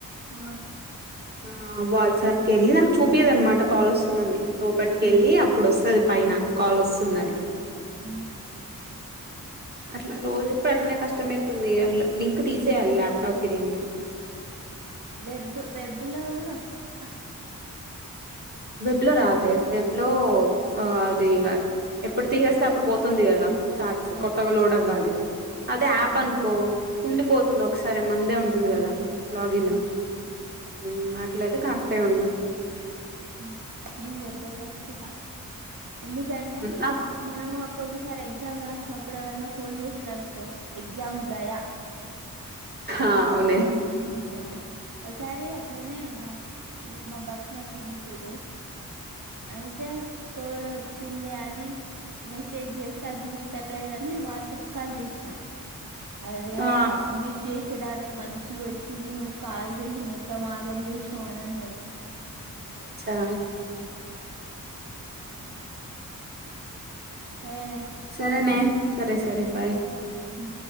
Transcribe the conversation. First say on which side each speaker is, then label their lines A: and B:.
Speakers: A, on the right (about 65°); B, on the right (about 30°).
A: ఆ
B: ఆ వాట్సాప్కిి వెళ్ళి నాకు చూపియదనమాట కాల్ వస్తుందండి లోపలికి
A: ఉమ్,
B: వెళ్ళి అప్పుడు వస్తుంది పైన కాల్ వస్తుందని
A: మ్
B: <inaudible> అట్లా రోజు ఎప్పుడు అట్లనే కష్టమవుతుంది లింక్ తీసేయాలి ల్యాప్టాప్ కి దీన్కి <inaudible>
A: వెబ్ వెబ్లా కూడ వస్తదా
B: వెబ్ లో రాదే వెబ్ లో అది ఇ ఎప్పుడు తీసేస్తే అప్పుడు పోతుంది కదా చార్ట్స్
A: అవును
B: కొత్తగా లోడ్ అవ్వాలి అదే యాప్
A: ఉమ్,
B: అనుకో ఉండిపోతుంది ఒకసారి మందే ఉంటుంది కదా లాగిన్
A: ఉమ్,
B: మ్మ్ అట్లా అయితే కరెక్ట్ నే ఉంటుంది
A: మ్మ్ నిను పెద్దగా పెట్టుకుంటా ఎందుకంటే
B: నాకు
A: ఒక మనము ఇక్కొకసారి ఎగ్జామ్ రాసినప్పుడు ఎవరన్న ఫోన్ చేసిర్రు అనుకో ఎగ్జామ్ గాయా
B: అవునే
A: ఆ ఒకసారి అట్లనే మా మా బస్ మేట్లు ఉంది చూడు అయితే కోడ్ వచ్చింది అని మెసేజ్ చేస్తా వాడు చూస్తా లేదని నిను వాట్సాప్ కాల్ చేసినా అదే అది
B: ఆ
A: సబ్మిట్ చేసి వచ్చేదాన్ని మంచిగా వచ్చింది నువ్వు కాల్ చేసి మొత్తం ఆగం చేసినావు అని అన్నాది
B: అచ్చా
A: ఆ
B: ఆహ
A: సరేనే
B: సరేనే సరే సరే బాయ్
A: ఉమ్.